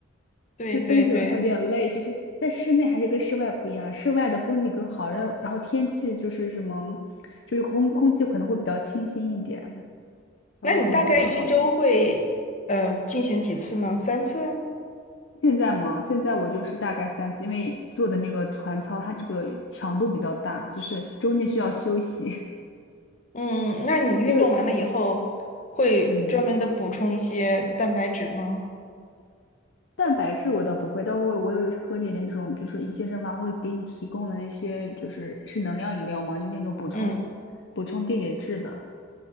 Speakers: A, on the left; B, on the left.
A: 对对对，
B: 就登顶可能有点累，就是在室内还是跟室外不一样，室外的风景更好，然后然后天气就是什么，就是空空气可能会比较清新一点，然后就可能会更好一点。
A: 那你大概一周会嗯、呃进行几次呢？三次？
B: 现在嘛，现在我就是大概三次，因为做的那个团操，它这个强度比较大，就是中间需要休息，
A: 嗯，那你运动完了以后会专门的补充一些蛋白质吗？
B: <laughs> 就嗯，蛋白质我倒不会，但我我有喝点点这种，就是一健身房会给你提供的那些，就是是能量饮料嘛，就那种补充补充电解质的。
A: 嗯。